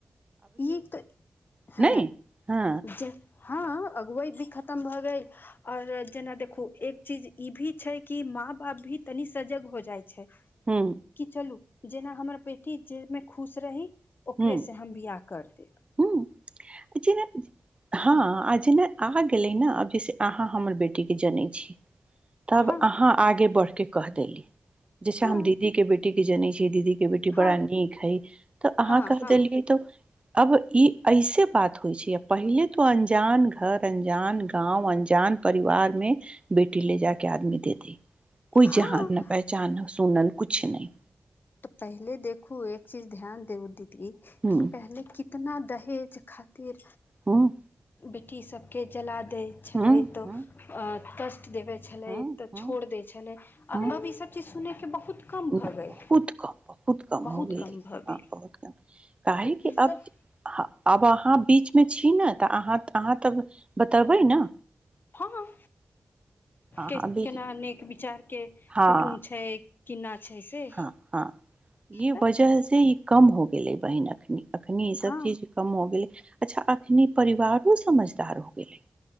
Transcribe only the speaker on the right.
नहि हँ
हुं
हुं
हुं जेना हँ आ जेना आ गेले ने अब जैसे अहाँ हमर बेटी के जनै छी तब
अहाँ आगे बढ़के कह देली जैसे
हम दीदी के बेटी के जनै छियै दीदीे बेटी
बड़ा नीक है तऽ अहाँ
कह
देलियै तऽ अब ई ऐसे बात होइ छै पहिले तो अनजान घर अनजान गाँव अनजान परिवार मे बेटी ले जाके आदमी दे द
कोई जहान न पहचान नहि सुनन कुछ नहि
हुं
हुं
हुं
हुं
हुं
हुं
हँ
बहुत
कम बहुत कम
हो गय
हँ
बहुत कम काहे
कि
अब आब अहाँ बीच मे छी ने तऽ अहाँ अहाँ तऽ बतेबै ने
अहाँ
बीच
हँ
हँ हँ ई
वजह से ई कम हो गेलै बहन अखनी अखनी ई सब
चीज कम हो गेलै अच्छा अखनी परिवारो समझदार हो गेलै